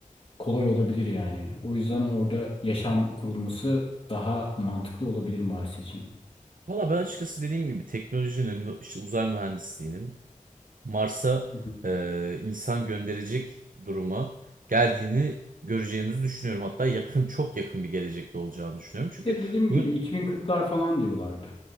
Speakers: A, on the left; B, on the right.
A: kolay olabilir yani. O yüzden orada yaşam kurulması daha mantıklı olabilir Mars için.
B: Valla ben açıkçası dediğim gibi teknolojinin, mü- işte uzay mühendisliğinin Mars'a
A: Hı hı.
B: e, insan gönderecek duruma geldiğini göreceğimizi düşünüyorum. Hatta yakın çok yakın bir gelecekte olacağını düşünüyorum. Çünkü
A: De dediğim
B: bugün
A: gibi 2040'lar falan diyorlardı.